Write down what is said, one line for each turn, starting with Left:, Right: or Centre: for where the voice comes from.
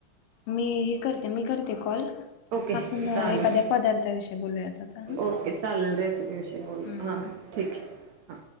Left: मी हे करते मी करते कॉल
Right: ओके
Left: आपण
Right: चाले
Left: एखाद्या पदार्थाविषयी बोलूयात आता हा
Right: ओके चालेल रेसिपी विषयी
Left: हम्म
Right: बोल हा. ठीक आहे. हां